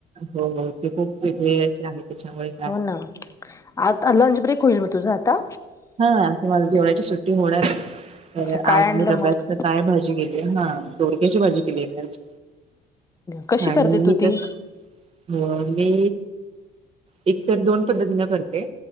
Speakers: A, on the right (about 35°); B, on the left (about 20°).
A: हो हो ते खूप वेगच आहे त्याच्यामुळे काय
B: हो ना आता लंच ब्रेक होईल मी तुझा आता
A: हा ते मला जेवढची सुट्टींग होणार आहे तर
B: अच्छा काय
A: आज
B: आणलं
A: मी डब्यात
B: मग
A: काय भाजी केली हा दोडक्याची भाजी केली आहे मी आज
B: कशी
A: आणि
B: करते
A: मी
B: तू ती
A: कस हो मी एकत दोन पद्धतीन करते